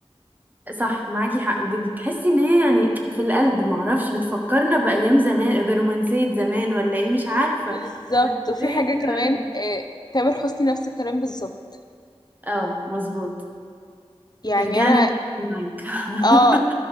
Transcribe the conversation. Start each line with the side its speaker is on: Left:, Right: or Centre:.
Right: صح معاكي حق وبتحسي ان هي يعني في القلب معرفش بتفكرنا بأيام زمان برومانسية زمان ولا ايه مش عارفة
Left: بالظبط
Right: بس
Left: وفي
Right: هي
Left: حاجه
Right: حلوة
Left: كمان
Right: أوي
Left: آه، تامر حسني نفس الكلام بالظبط
Right: اه مظبوط
Left: يعني
Right: رجعنا
Left: انا
Right: نحكي معاك <laughs>
Left: اه